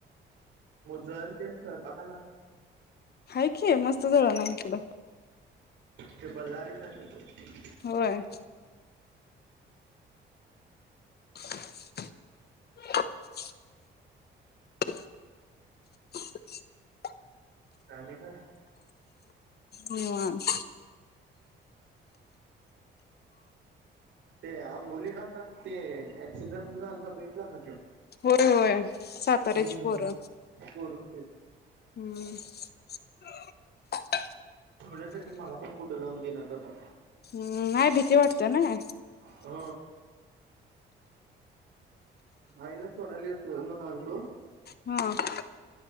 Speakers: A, on the right (about 75°); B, on the left (about 55°).
A: जळण ते स्वयंपाकाला
B: हाय कि मस्त जळण हाय इकड
A: ते बल्हारीच आहे <inaudible>
B: होय <inaudible>
A: सानिका
B: निवांत
A: ते आंबोली घाटात ते ऍक्सिडेंट झालता बघितला काय तो?
B: होय होय साताऱ्याची
A: हम्म
B: पोरं
A: पोरं होती
B: हम्म <unintelligible>
A: थोड्यासाठी मला पण कुठे लावून देईनात आाता
B: हम्म नाही भीती वाटतेय नाय
A: ह आईला सोडायला येतो म्हनालतो
B: हा <inaudible>